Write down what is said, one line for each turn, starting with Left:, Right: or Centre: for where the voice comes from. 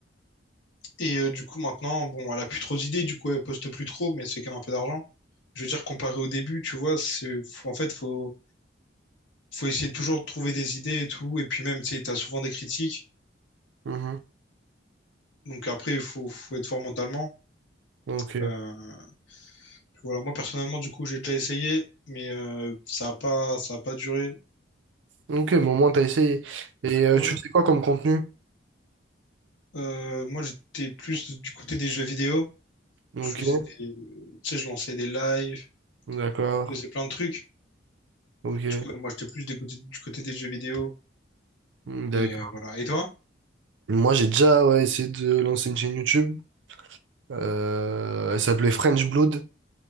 Left: Et euh, du coup, maintenant, bon, elle a plus trop d'idées, du coup, elle poste plus trop, mais c'est quand même un peu d'argent. Je veux dire, comparé au début, tu vois, c'est, faut- en fait, faut, faut essayer toujours de trouver des idées et tout. Et puis même, tu sais, t'as souvent des critiques.
Right: mhm.
Left: Donc après, il faut, faut être fort mentalement.
Right: Ok.
Left: Euh, voilà, moi, personnellement, du coup, j'ai déjà essayé, mais euh, ça a pas, ça a pas duré.
Right: Ok, mais au moins t'as essayé. Et euh,
Left: Ouais.
Right: tu fais quoi comme contenu?
Left: Euh, moi, j'étais plus du côté des jeux vidéo.
Right: Ok.
Left: Je faisais des, tu sais, je lançais des lives,
Right: D'accord.
Left: je faisais plein de trucs.
Right: Ok.
Left: Du coup, moi, j'étais plus des côtés- du côté des jeux vidéo.
Right: D'accord.
Left: Et euh, voilà. Et toi?
Right: Moi j'ai déjà ouais, essayé de lancer une chaîne YouTube. Euh, elle s'appelait French Blood.